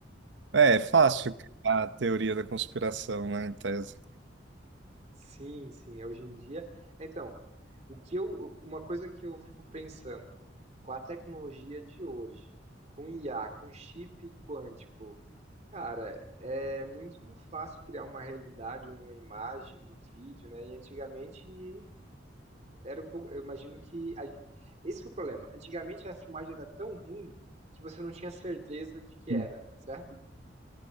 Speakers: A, on the right; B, on the right.
A: É, é fácil criar a teoria da conspiração, né, em tese.
B: Sim, sim, é hoje em dia. Então, o que eu, uma coisa que eu fico pensando, com a tecnologia de hoje, com IA, com chip quântico, cara, é muito fácil criar uma realidade, uma imagem, um vídeo, né? E antigamente era um pouco, eu imagino que a- esse foi o problema. Antigamente a filmagem era tão ruim que você não tinha certeza de que
A: Uhum.
B: era, certo?